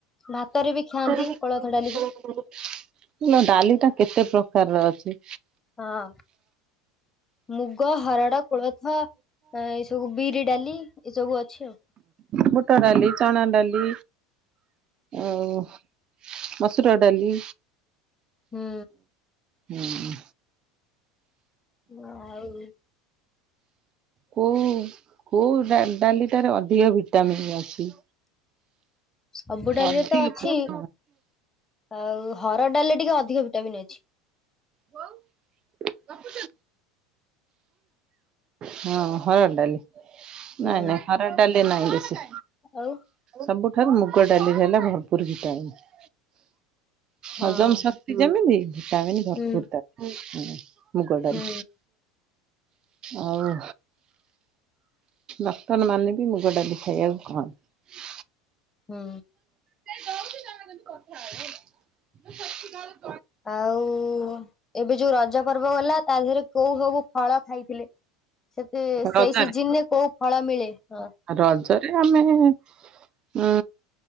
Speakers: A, on the left; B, on the right.
A: ଭାତରେ ବି ଖାଆନ୍ତି
B: <inaudible>
A: କୋଳଥ ଡାଲିକୁ
B: ନା ଡାଲି ଟା କେତେ ପ୍ରକାରର ଅଛି?
A: ହଁ। ମୁଗ, ହରଡ଼, କୋଳଥ, ଏ ସବୁ ବିରି ଡାଲି ଏ ସବୁ ଅଛି ଆଉ।
B: ବୁଟ ଡାଲି, ଚଣା ଡାଲି, ଆଉ ମସୁର ଡାଲି।
A: ହୁଁ।
B: ହୁଁ।
A: ଆଉ
B: କୋଉ କୋଉ ଡା-ଡାଲିଟାରେ ଅଧିକ ଭିଟାମନ୍ ଅଛି।
A: ସବୁ ଡାଲିରେ
B: ଅଧିକ
A: ତ ଅଛି
B: ପସନ୍ଦ
A: ଆଉ ହରଡ ଡାଲି ଟିକେ ଅ ଅଧିକ ଭିଟାମିନ ଅଛି।
B: ହୋଉ <inaudible> ହଁ ହରଡ଼ ଡାଲି ନାଇଁ
A: ହୁଁ
B: ନାଇଁ ହରଡ ଡାଲି ନାହିଁ ବେଶୀ
A: ଆଉ
B: ସବୁଠାରୁ ମୁଗ ଡାଲିରେ ହେଲା ଭରପୁର ଭିଟାମିନ
A: ହଁ
B: ହଜମ ସ <unintelligible> ଭିଟାମିନ ଭରପୁର
A: ହୁଁ
B: ତାର ମୁଗ ଡାଲି।
A: ହୁଁ
B: ଆଉ ଡାକ୍ତର ମାନେ ବି ମୁଗ ଡାଲି ଖାଇବାକୁ କହନ୍ତି
A: ହୁଁ।
B: <inaudible>
A: ଆଉ ଏବେ ଯୋଉ ରଜ ପର୍ବ ଗଲା ତା ଦେହରେ କୋଉ ସବୁ ଫଳ ଖାଇଥିଲେ ସେତେ ସେଇ
B: ରଜରେ
A: ସିଜିନରେ କୋଉ ଫଳ ମିଳେ ହ
B: ରଜରେ ଆମେ ହୁଁ